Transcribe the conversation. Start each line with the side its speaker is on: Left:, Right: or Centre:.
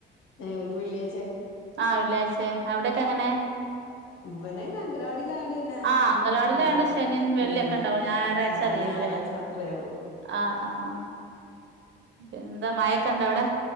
Left: ഏ ഓർക്ക് വെള്ളേച്ചേ
Right: ആ വെള്ളിയാഴ്ചേ അവിടെയൊക്കെ എങ്ങനെ
Left: ഇവന്നെ അംഗനവാടിയിലയോണ്ട് പിന്നെ
Right: ആഹ് അങ്കലവാടിയിലായോണ്ട്
Left: ഞായറാഴ്
Right: ശനിയും വെള്ളിയൊക്കെ
Left: ഉ
Right: ഉണ്ടാവും ഞായറാഴ്ച
Left: ആ
Right: ലീവ്ല്ലേ
Left: ഞായറാഴ്ച്ച മാത്രം അത്രയേ ഒ ള്ളൂ
Right: ആഹ് ആഹ് ആ പിന്ന എന്താ മഴൊക്കെ ഇണ്ടോ അവിടെ